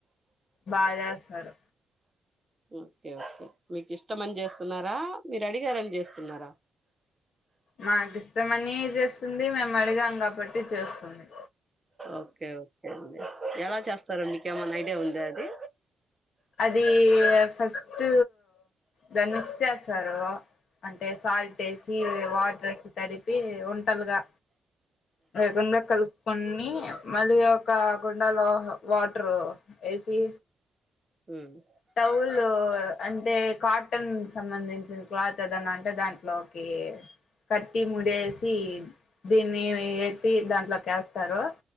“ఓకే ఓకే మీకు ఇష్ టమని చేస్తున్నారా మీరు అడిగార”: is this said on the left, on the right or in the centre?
Right